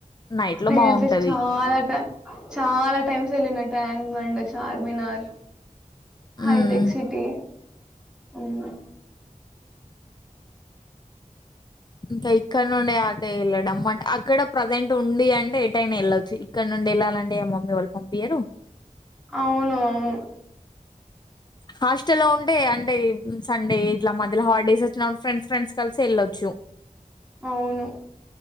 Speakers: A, on the left; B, in the centre.
A: నైట్‌లో
B: నేనయితే
A: బావుంటది.
B: చాలా ట చాలా టైమ్స్ వెళ్ళిన ట అండ్ మండ చార్మినార్
A: హ్మ్.
B: హైటెక్ సిటీ అవు
A: ఇంకా ఇక్కడ నుండడి అటే వెళ్ళడం అంటే అక్కడ ప్రజెంట్ ఉండి అంటే ఏ టైనా వెళ్ళొచ్చు ఇక్కడ నుండి వెళ్ళాలంటే ఏ మమ్మీ వాళ్ళు పంపియ్యరు
B: అవును అవును
A: హాస్టల్లో ఉంటే అంటే సండే ఇట్లా మధ్యలో హాలిడేస్ వచ్చినప్పుడు ఫ్రెండ్స్ ఫ్రెండ్స్ కలిసి వెళ్ళొచ్చు
B: అవును